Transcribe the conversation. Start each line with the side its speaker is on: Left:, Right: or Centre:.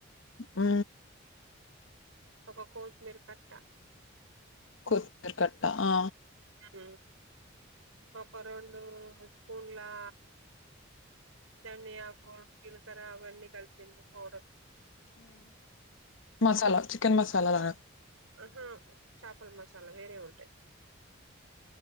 Left: ఆ
Right: ఒక కోసు మీరు కట్ట
Left: కొత్తిమీర కట్ట ఆ
Right: హ ఒకకండు స్కూల్లా ధనియా కీలకర అవన్నీ కలిపింది పౌడర్
Left: మసాలా చికెన్ మసాలా తా
Right: ఆహా చపలు మసాలా వేరే ఉంటాది